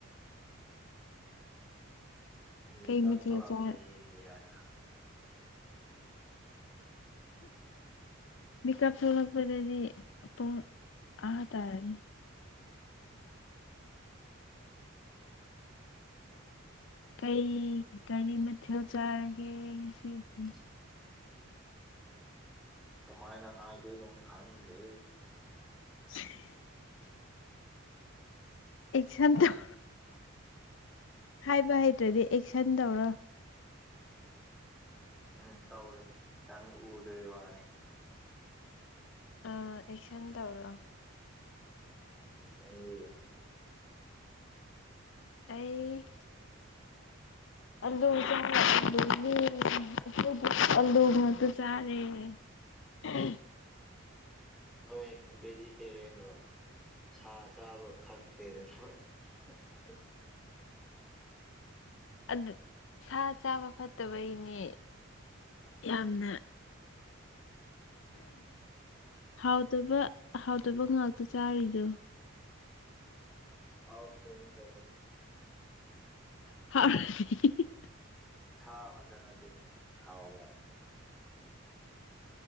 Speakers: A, on the left (about 60°); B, in the centre.
A: ꯀꯩ
B: ꯃꯦꯀꯞ
A: ꯃꯊꯦꯜ
B: ꯊꯣꯛꯂꯛꯄꯗ
A: ꯆꯥꯔ
B: ꯌꯦꯡꯒꯦ ꯌꯥꯗꯔ
A: ꯃꯤꯀꯞ ꯊꯣꯛꯂꯛꯄꯗꯗꯤ ꯄꯨꯡ ꯑꯥ ꯇꯥꯔꯅꯤ ꯀꯩ ꯀꯥꯔꯤ ꯃꯊꯦꯜ ꯆꯥꯔꯒꯦ ꯉꯁꯤꯗꯤ
B: <unintelligible> ꯀꯃꯥꯏꯅ ꯍꯥꯏꯗꯣꯏꯅꯣ ꯈꯪꯗꯦ
A: <unintelligible> ꯑꯦꯛꯁꯟ ꯇꯧ ꯍꯥꯏꯕ ꯍꯩꯇ꯭ꯔꯗꯤ ꯑꯦꯛꯁꯟ ꯇꯧꯔꯣ
B: ꯎꯝ ꯇꯧꯔꯦ ꯅꯪ ꯎꯗꯦ ꯋꯥꯅꯤ
A: ꯑꯥ ꯑꯦꯛꯁꯟ ꯇꯧꯔꯣ
B: ꯅꯡꯗꯤ
A: ꯑꯩ
B: <unintelligible>
A: ꯑꯂꯨ ꯆꯔꯦ ꯑꯂꯨ ꯃꯠꯇ ꯆꯥꯔꯦ ꯍꯣꯁꯇꯦꯜꯗꯗꯤ ꯑꯂꯨ ꯉꯥꯛꯇ ꯆꯥꯔꯦ ꯑꯍꯝ
B: ꯅꯣꯏ ꯕꯦꯖꯤꯇꯦꯔꯤꯌꯦꯟ ꯔꯣ ꯁꯥ ꯆꯥꯕ ꯈꯥꯡꯗꯔꯦꯗ ꯅꯣꯏ <unintelligible>
A: ꯑꯗꯨ ꯁꯥ ꯆꯥꯕ ꯐꯠꯇꯕꯩꯅꯦ ꯌꯥꯝꯅ ꯍꯥꯎꯇꯕ ꯍꯥꯎꯇꯕ ꯉꯥꯛꯇ ꯆꯥꯔꯤꯗꯣ
B: ꯍꯥꯎꯇꯔꯥꯗꯤ ꯀꯩꯅꯣ
A: <unintelligible>
B: ꯁ ꯉꯛꯇ ꯅꯠꯇꯦꯅꯦ ꯍꯥꯎ ꯀꯩꯅꯣ